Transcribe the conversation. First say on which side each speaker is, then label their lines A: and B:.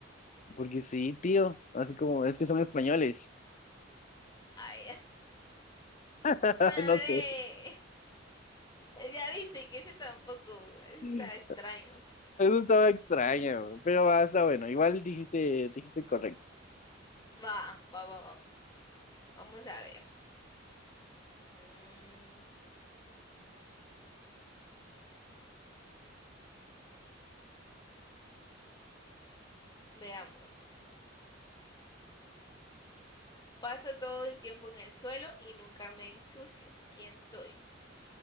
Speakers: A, on the left (about 40°); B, on the left (about 20°).
A: Porque sí, tío. Así como, es que son españoles.
B: Ay,
A: <laughs>
B: <laughs> no, hombre.
A: No sé.
B: Ya viste que ese tampoco ese
A: Eso
B: está extraño.
A: estaba extraño, pero va, está bueno. Igual dijiste, dijiste correcto.
B: Va, va, va, va. Vamos a ver. Mm, veamos. Paso todo el tiempo en el suelo y nunca me ensucio. ¿Quién soy?